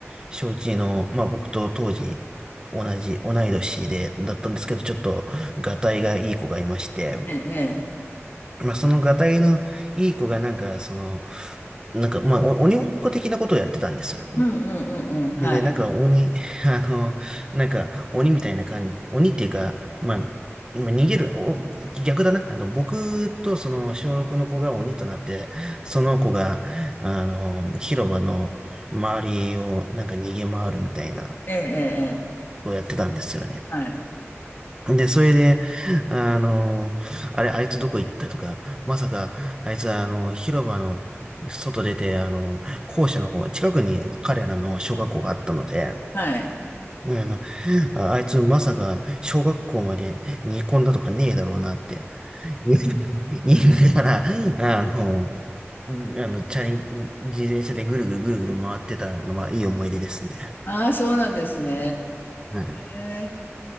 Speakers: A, on the right; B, on the left.
A: 小一の、まあ僕と当時同じ、同い年で、だったんですけど、ちょっと、がたいがいい子がいまして、
B: ええ、ええ、ええ
A: まあそのがたいのいい子がなんか、その、なんか、まあお鬼ごっこ的なことをやってたんですよね。
B: うんうんうんうん、はい。
A: でね、なんか鬼、<laughs> あの、なんか鬼みたいな感じ、鬼っていうか、まあ、まあ逃げる、お、逆だな。あの、僕とその小6の子が鬼となって、その子が、あの、広場の周りをなんか逃げ回るみたいな
B: ええ、ええ、ええ
A: ことをやってたんですよね。
B: はい。
A: で、それで、あの、あれ、あいつどこ行ったとか、まさか、あいつはあの、広場の外出て、あの、校舎の方、近くに彼らの小学校があったので、
B: はい。
A: ねえあのああいつまさか小学校まで煮込んだとかねえだろうなって <laughs> 言いながら、あの、あの、チャリン、自転車でぐるぐるぐるぐる回ってたのはいい思い出ですね。
B: ああ、そうなんですね。
A: はい。
B: へえ。